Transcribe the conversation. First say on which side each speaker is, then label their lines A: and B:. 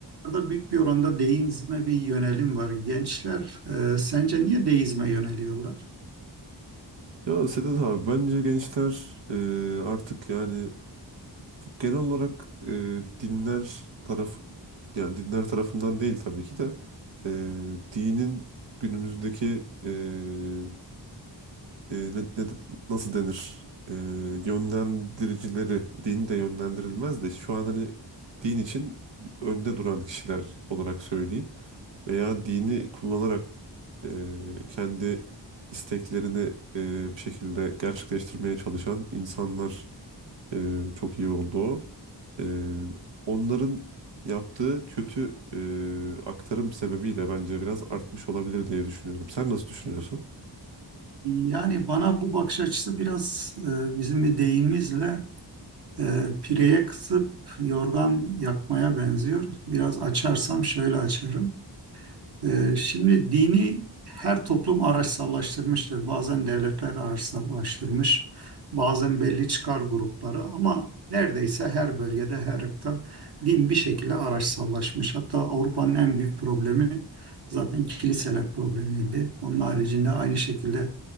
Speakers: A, on the right; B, on the right.
A: Burada büyük bir oranda deizme bir yönelim var. Gençler e, sence niye deizme yöneliyorlar?
B: Ya Sedat abi bence gençler e, artık yani genel olarak e, dinler taraf yani dinler tarafından değil tabii ki de e, dinin günümüzdeki e, e, ne- ne- nasıl denir E, yönlendiricileri din de yönlendirilmez de şu an hani din için önde duran kişiler olarak söyleyeyim veya dini kullanarak e, kendi isteklerini e, bir şekilde gerçekleştirmeye çalışan insanlar e, çok iyi oldu o. E, onların yaptığı kötü e, aktarım sebebiyle bence biraz artmış olabilir diye düşünüyorum. Sen nasıl düşünüyorsun?
A: Yani bana bu bakış açısı biraz e, bizim bir deyimizle e, pireye kısıp yorgan yakmaya benziyor. Biraz açarsam şöyle açarım. Ee, Şimdi dini her toplum araçsallaştırmıştır. Bazen devletler araçsallaştırmış, bazen belli çıkar grupları ama neredeyse her bölgede, her ırkta din bir şekilde araçsallaşmış. Hatta Avrupa'nın en büyük problemi zaten kiliseler problemiydi. Onun haricinde aynı şekilde